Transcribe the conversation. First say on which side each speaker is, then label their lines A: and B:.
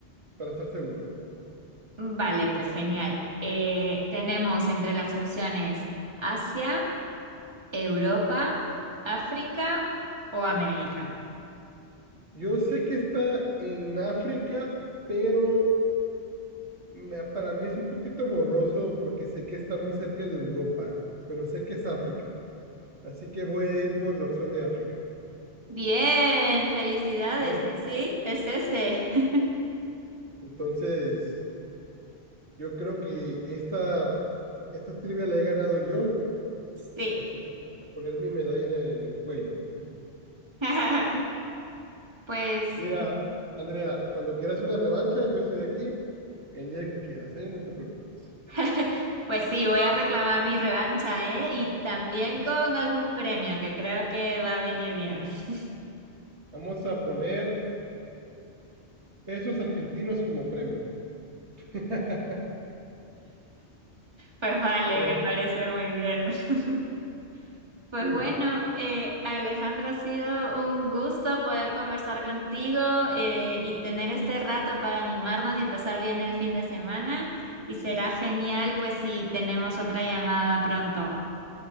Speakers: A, on the right; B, on the right.
A: para estar seguro.
B: vale, pues genial. Eh, tenemos entre las opciones Asia, Europa, África o América.
A: Yo sé que está en África, pero me- para mí es un poquito borroso porque sé que está muy cerca de Europa, pero sé que es África. Así que voy a ir por la opción de África.
B: Bien, felicidades,
A: Bien,
B: sí, sí, es ese. <laughs>
A: entonces yo creo que esta, esta trivia la he ganado yo,
B: Sí.
A: así que me voy a poner mi medalla en el en el cuello.
B: <laughs> Pues
A: Mira, Andrea, cuando quieras una revancha, yo estoy aquí el día que quieras, ¿eh? No te preocupes.
B: <laughs> Pues sí, voy a reclamar mi revancha, ¿eh? Y también con algún premio que creo que va a venir bien. <laughs>
A: Vamos a poner pesos argentinos como premio. <laughs>
B: Pues vale,
A: Bueno,
B: me
A: pues,
B: parece muy bien. <laughs> Pues
A: muy
B: bueno,
A: bien.
B: eh, Alejandro, ha sido un gusto poder conversar contigo eh, y tener este rato para animarnos y empezar bien el fin de semana. Y será genial, pues, si tenemos otra llamada pronto.